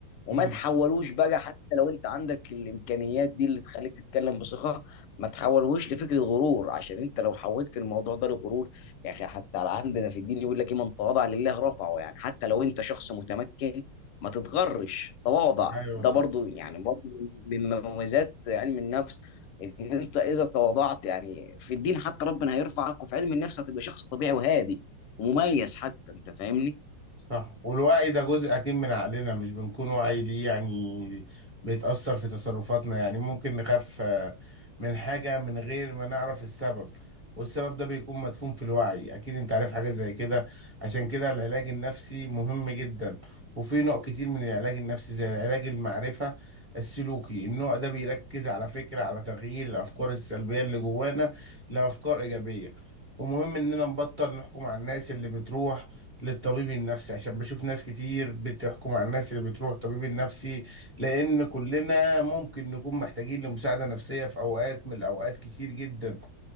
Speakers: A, on the left (about 80°); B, on the right (about 30°).
A: وما
B: امم
A: تحولوش بقى حتى لو انت عندك الامكانيات دي اللي تخليك تتكلم بثقه ما تحولهوش لفكره غرور عشان انت لو حولت الموضوع ده لغرور يا اخي حتى عندنا في الدين يقول لك ايه من تواضع لله رفعه يعني حتى لو انت شخص متمكن ما تتغرش تواضع
B: ايوه
A: ده
B: صح
A: برضو يعني برضو من مميزات علم النفس ان انت اذا تواضعت يعني في الدين حتى ربنا هيرفعك وفي علم النفس هتبقى شخص طبيعي وهادي ومميز حتى انت فاهمني؟
B: صح والوعي ده جزء أكيد من عقلنا مش بنكون واعي ليه يعني بيتأثر في تصرفاتنا يعني ممكن نخاف آه، من حاجة من غير ما نعرف السبب والسبب ده بيكون مدفون في الوعي أكيد أنت عارف حاجة زي كده عشان كده العلاج النفسي مهم جدا وفي نوع كتير من العلاج النفسي زي العلاج المعرفة السلوكي النوع ده بيركز على فكرة على تغيير الأفكار السلبية اللي جوانا لأفكار إيجابية ومهم إننا نبطل نحكم على الناس اللي بتروح للطبيب النفسي عشان بشوف ناس كتير بتحكم على الناس اللي بتروح الطبيب النفسي لأن كلنا ممكن نكون محتاجين لمساعدة نفسية في أوقات من الأوقات كتير جدا